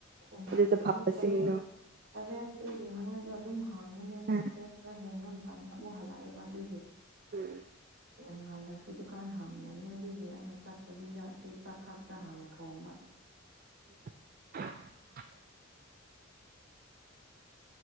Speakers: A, on the right; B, on the right.
A: ꯎꯝ
B: ꯑꯗꯨꯗ
A: ꯇꯔꯨꯛ
B: ꯐꯕꯁꯤꯡꯗꯣ
A: ꯇꯔꯦꯠ ꯇꯔꯦꯠꯗꯤ ꯃꯣꯏꯗꯣ ꯑꯗꯨꯝ ꯍꯪꯉꯅꯦꯕ
B: ꯑꯣ
A: ꯇꯔꯦꯠ ꯈꯔ ꯍꯦꯟꯅꯝꯇꯞꯅ ꯑꯃꯨ ꯍꯜꯂꯛꯑꯦꯕ ꯑꯗꯨꯑꯣꯏꯁꯨ
B: ꯎꯝ
A: ꯌꯥꯝ ꯉꯜꯂꯁꯨ ꯗꯨꯀꯥꯟ ꯍꯥꯡꯗꯕꯅꯦ ꯑꯗꯨꯒꯤ ꯑꯩꯅ ꯆꯠꯇꯕꯤꯗ ꯑꯁꯤ ꯆꯥꯛꯈꯛꯇ ꯍꯥꯟꯅ ꯊꯣꯡꯕ
B: <unintelligible>